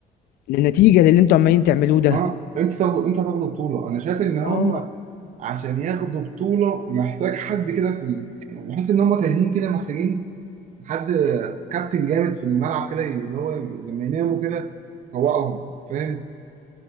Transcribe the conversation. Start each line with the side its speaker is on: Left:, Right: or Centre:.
Left: للنتيجه اللي انتوا عمالين تعملوه ده
Right: اه انت تاخدوا انت هتاخدوا بطوله انا شايف ان هم
Left: اه
Right: عشان ياخدوا بطوله محتاج حد كده في ال... يعني بحس ان هم تايهين كده محتاجين حد كابتن جامد في الملعب كده ي- اللي هو لما يناموا كده فوقهم فاهم